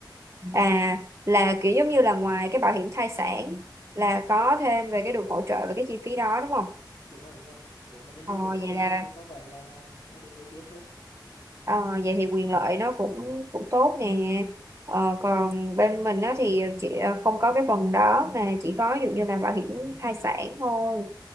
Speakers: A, on the right; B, on the left.
A: À là kiểu giống như là ngoài cái bảo hiểm thai sản là có thêm về cái được hỗ trợ về cái chi phí đó đúng không?
B: đúng rồi đúng rồi nếu mà nhân
A: Ờ
B: viên nữ công
A: vậy
B: ty
A: là
B: mình thì có vẻ là là nó được ưu tiên hơn
A: ờ, vậy thì quyền lợi nó cũng cũng tốt nè. Ờ, còn bên mình á thì chị ờ, không có cái phần đó mà chỉ có ví dụ như là bảo hiểm thai sản thôi.